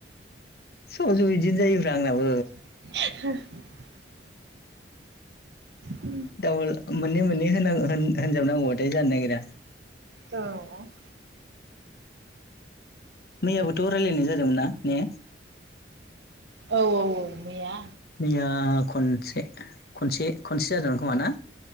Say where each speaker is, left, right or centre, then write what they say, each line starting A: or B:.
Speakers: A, on the left; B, on the right.
A: सम-सम बिदिनो जायोब्रा आंनाबो
B: <unintelligible> होननायानो
A: दाबोल मोननै मोननै होन-होननागौ- होनजाबनांगौबाथाय जानो नागिरा
B: औ
A: मैयाबोथ' रायलायनाय जादोंमोन ना ने?
B: औ-औ-औ मैया
A: मैया खनसे-खनसे-खनसे जादोंमोन खोमा ना